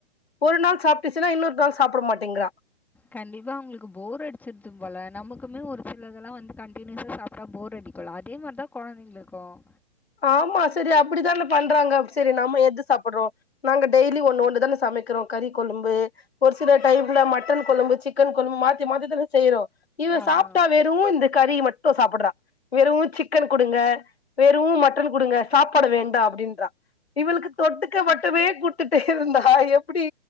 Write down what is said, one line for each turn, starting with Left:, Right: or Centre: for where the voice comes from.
Left: ஒரு நாள் சாப்ட்டுச்சுன்னா இன்னொரு நாள் சாப்ட மாட்டங்கிறா
Centre: கண்டிப்பா அவங்களுக்கு போர் அடிச்சிருது போல நமக்குமே ஒரு சிலதெல்லா வந்து கண்டியூசா அப்பறோ போர் அடிகுள அதே மாரிதா குழந்தைங்களுக்கும்
Left: ஆமா செரி அப்டித்தான பண்றாங்க சரி நாம எது சாப்டுறோ நாங்க டெய்லி ஒண்ணு ஒண்ணு தான சமக்கிறோ கறி கொழம்பு ஒரு சில டைம்ல மட்டன் கொழம்பு சிக்கன் கொழம்பு மாத்தி மாத்திதான செய்றோ இவ
Centre: ஆமாம்
Left: சாப்ட்டா வெறும் இந்த கறி மட்டு சாப்டுறா வெறும் சிக்கன் கொடுங்க வெறு மிட் கொடுங்க சாப்பாட வேண்டா அப்டின்றா இவளுக்கு தொட்டுக்க மட்டுமே கொடுத்துட்டே இருந்தா எப்டி